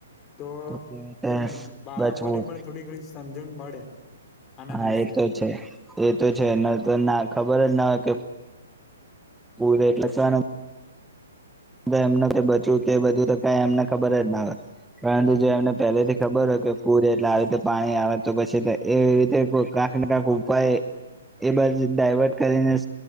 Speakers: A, on the left; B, in the centre.
A: તો
B: કેવી રીતે
A: એ બાળકોને
B: બચવું
A: પણ થોડી ઘણી સમજણ મળે. આના
B: હા
A: વિશે
B: એતો છે એ તો છે ન તો ના ખબર જ ના હોય કે પૂવે એટલે સ્થાનમ એમનો કે બચવ કે બધું તો ક એમને ખબર જ ના હોય પરંતુ જે એમને પેલે થી ખબર
A: હા
B: હોય કે પુર એટલે પાણી આવે તો પછી એવી રીતે ક્યાંક ને ક્યાંક ઉપાય એ બધ ડાયવર્ટ કરીને